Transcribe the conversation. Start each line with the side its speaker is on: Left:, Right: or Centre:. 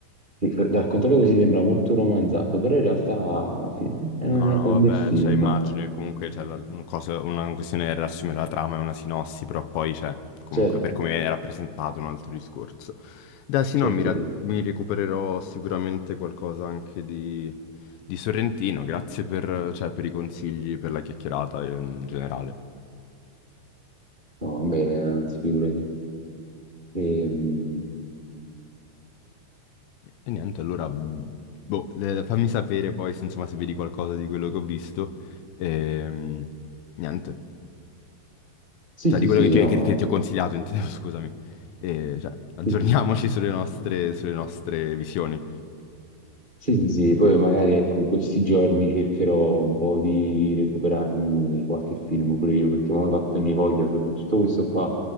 Right: E r- Raccontato così sembra molto romanzato, però in realtà sì, è è
Left: No, no, vabbè,
Right: un bel film,
Left: cioè, immagino che comunque c'è la- un cosa- una questione è riassumere la trama e una sinossi, però poi c'è, comunque,
Right: certo,
Left: per come viene rappresentato, un altro discorso. Dai, sì,
Right: certo,
Left: no, mi, ra-
Right: certo.
Left: mi recupererò sicuramente qualcosa anche di, di Sorrentino, grazie per, cioè, per i consigli, per la chiacchierata in generale.
Right: No, vabbè, anzi, figurati. Ehm,
Left: E niente, allora, boh, le- fammi sapere poi, se, insomma, se vedi qualcosa di quello che ho visto. E, niente.
Right: sì,
Left: Cioè,
Right: sì,
Left: di quello
Right: sì,
Left: che ti,
Right: no.
Left: che- che ti ho consigliato, intendevo, <laughs> scusami. E, cioè, aggiorniamoci
Right: Sì, sì.
Left: sulle nostre, sulle nostre visioni.
Right: Sì, sì, sì, poi magari ecco, in questi giorni cercherò un po' di recuperarmi qualche film pure io, perché mi ho fatto ogni voglia, soprattutto questo qua